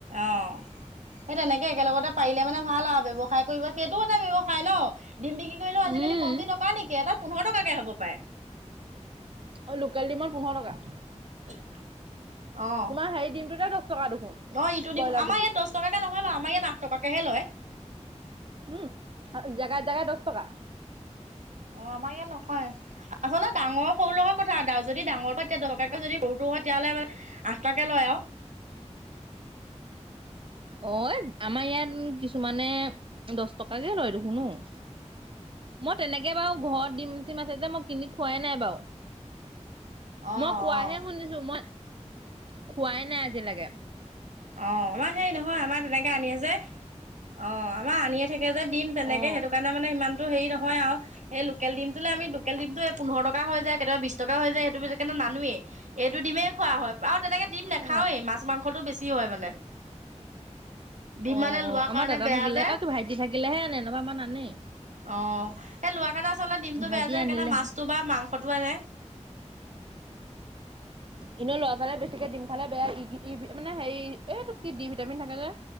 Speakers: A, on the right (about 85°); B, on the right (about 45°).
A: অ। সেই তেনেকে একেলগতে পাৰিলে মানে ভাল আৰু ব্যৱসায় কৰিব সেইটো এটা ব্যৱসায় ন। ডিম বিক্ৰী কৰিলেও আজিকালি
B: উম
A: কম দি টকা নেকি এটা পোন্ধৰ টকাকে হ'ব পাৰে।
B: অ লোকেল ডিমত পোন্ধৰ টকা।
A: <inaudible> অ-
B: তোমাৰ হেৰি ডিমটোতে দহ টকা দেখোন
A: অ ইটো
B: ব্ৰইলাৰ
A: দিম আমাৰ
B: ডিমটোতে
A: ইয়াত দছ টকাকে নহয়। আমাৰ ইয়াত আাঠ টকাকেহে লয়।
B: উম জেগাই জেগাই দছ টকা।
A: অ আমাৰ ইয়াত নহয় আচলতে ডাঙৰ। সৰু লগত কথা এটাা যদি ডাৰটো এতিয়া দৰকাকে যদি সৰুটো হয়তেতিয়াহলে মানে। আস তাকে লয় আও।
B: অ আমাৰ ইয়াত কিছুমানে দছ টকাকে লয় দেখুনো অ। মই তেনেকে বাৰু ঘৰত দিম চিম আছে যে মই কিনি খোৱাই নাই বাৰু।
A: অ',
B: মই কোৱাহে
A: অ'।
B: শুনিছো মই খোৱাই নাই আজিলেকে।
A: অ আমাৰ হেৰি নহয় আমাৰ তেনেকে আনিয়ে যে। অ আমাৰ আনিয়ে থাকে যে দিম তেনেকে
B: অ
A: সেইটো কাৰণে মানে ইমান। হেৰি নহয় আৰু সেই লোকেলিমটোলে আমি লোকেল ডিমটো এই পোন্ধৰ টকা হৈ যায় কেতিয়াবা বিচ টকা হৈ যায় সেইটো। <unintelligible> নানোৱেই এইটো দিমেই খোৱা হয় আৰু তেনেকে দিম নাখাওৱেই
B: অ
A: মাছ মাংসটো বেছি হয় মানে। ডিম
B: অ
A: মানে
B: অ
A: লোৱাৰ
B: আমাৰ
A: কাৰণে
B: দাদা
A: বেয়া
B: থাকিলে
A: যে
B: অ কিবা ভাইটি থাকিলেহে আনেেনবা আমাৰ নানেই।
A: অ এই লৰা কাৰে আচলতে ডিমতটো
B: ভাইটি
A: বেয়া যে সেইকাৰণে
B: আনিলেহে
A: মাছটো বা মাংস। পটুৱাৰে।
B: এনে ল'ৰা-ছোৱালীয়ে বেছিকে দিম খালে বেয়া <unintelligible> মানে হেৰি এইটোক কি দি ভিটামিন থাকে যে?